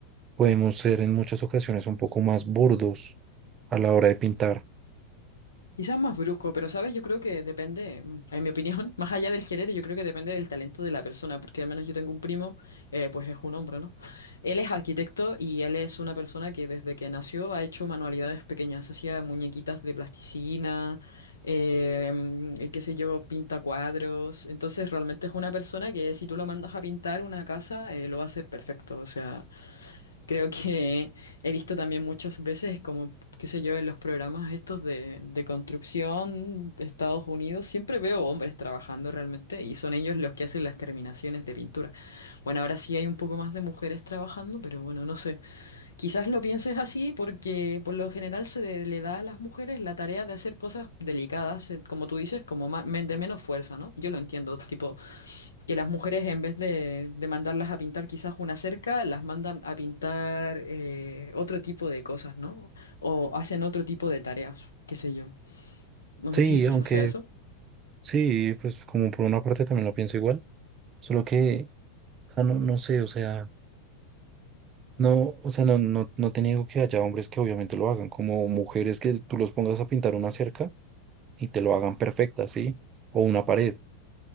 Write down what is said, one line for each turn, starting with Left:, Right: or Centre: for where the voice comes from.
Right: podemos ser en muchas ocasiones un poco más burdos a la hora de pintar.
Left: Quizás más brusco, pero sabes, yo creo que depende, mm, en mi opinión, <laughs> más allá del género, yo creo que depende del talento de la persona, porque al menos yo tengo un primo, eh, pues es un hombre, ¿no? <laughs> Él es arquitecto y él es una persona que desde que nació ha hecho manualidades pequeñas, hacía muñequitas de plasticina, eh, mm, eh, qué sé yo, pinta cuadros, entonces realmente es una persona que si tú lo mandas a pintar una casa, eh, lo va a hacer perfecto, o sea... Creo que he visto también muchas veces, como, qué sé yo, en los programas estos de, de construcción de Estados Unidos, siempre veo hombres trabajando realmente y son ellos los que hacen las terminaciones de pintura. Bueno, ahora sí hay un poco más de mujeres trabajando, pero bueno, no sé. Quizás lo pienses así porque por lo general se de- le da a las mujeres la tarea de hacer cosas delicadas, eh, como tú dices, como ma- men- de menos fuerza, ¿no? Yo lo entiendo, tipo, que las mujeres en vez de, de mandarlas a pintar quizás una cerca, las mandan a pintar eh, otro tipo de cosas, ¿no? O hacen otro tipo de tareas, qué sé yo. No
Right: Sí,
Left: sé si quizás
Right: aunque
Left: sea eso.
Right: sí, pues como por una parte también lo pienso igual Solo que, o no, no sé, o sea, no, o sea, no, no, no te niego que haya hombres que obviamente lo hagan, como mujeres que tú los pongas a pintar una cerca y te lo hagan perfecta, ¿sí? O una pared.